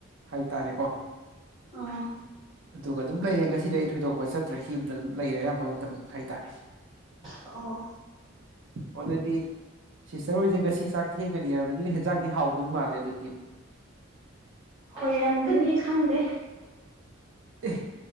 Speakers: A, on the right; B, on the right.
A: ꯍꯥꯏꯇꯥꯔꯦꯀꯣ
B: ꯑꯥ
A: ꯑꯗꯨꯒ ꯑꯗꯨꯝ ꯂꯩꯔꯦ ꯉꯁꯤꯗꯤ ꯑꯩ ꯊꯣꯏꯗꯣꯛꯄ ꯆꯠꯇ꯭ꯔꯦ ꯌꯨꯝꯗ ꯑꯗꯨꯝ ꯂꯩꯔꯦ ꯑꯌꯥꯝꯕ ꯃꯇꯝ ꯍꯥꯏꯇꯥꯔꯦ
B: ꯑꯣ
A: ꯑꯣ ꯑꯗꯨꯗꯤ ꯁꯤꯁꯇꯔ ꯍꯣꯏꯁꯦ ꯉꯁꯤ ꯆꯥꯛ ꯊꯦꯡꯒꯅꯤ ꯍꯥꯏꯕꯅꯤꯅ ꯍꯦꯟꯖꯥꯡꯗꯤ ꯍꯥꯎꯗꯣꯏ ꯃꯥꯜꯂꯦ ꯑꯗꯨꯗꯤ
B: ꯑꯣꯏꯔꯝꯒꯅꯤ ꯈꯪꯗꯦ
A: ꯑꯦ